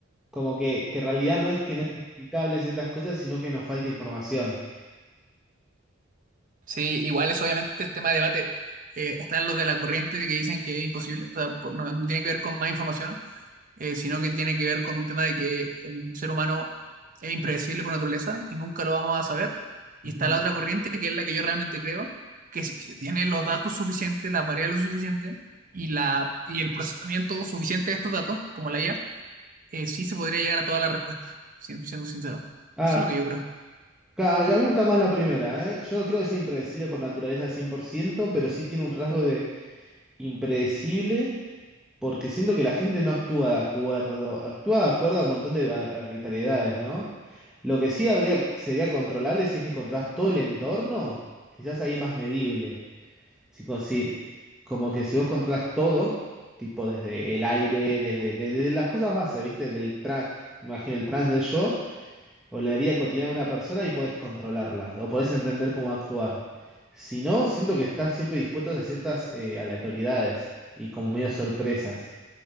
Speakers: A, in the centre; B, on the right (about 45°).
A: Como que, que en realidad no es que no es explicable ciertas cosas, sino que nos falta información.
B: Sí, igual es obviamente tema de debate. Eh, están los de la corriente que dicen que es imposible, o sea, por- no, no tiene que ver con más información, eh, sino que tiene que ver con un tema de que el ser humano es impredecible por naturaleza y nunca lo vamos a saber. Y
A: Ujú.
B: está la otra corriente, que es la que yo realmente creo, que si se tiene los datos suficientes, las variables suficientes y, la, y el procesamiento suficiente de estos datos, como la IA, eh, sí se podría llegar a todas las respuestas, siendo, siendo sincero.
A: Ah,
B: Eso es lo que yo creo.
A: ca- a mí me gusta más la primera, ¿eh? Yo no creo que sea impredecible por naturaleza cien por ciento pero sí tiene un rasgo de impredecible porque siento que la gente no actúa de acuerdo, actúa de acuerdo a un montón de ar- arbitrariedades, ¿no? Lo que sí habría, sería controlable si es que controlas todo el entorno, quizás ahí es más medible. Sí, como, si- como que si vos controlas todo, tipo desde el aire, desde, de- desde las cosas bases, ¿viste? Del tra- me imagino el trance del yo o la vida cotidiana de una persona y podés controlarla o podés entender cómo actuar. Si no, siento que estás siempre dispuesto a ciertas eh, aleatoriedades y como medio sorpresas.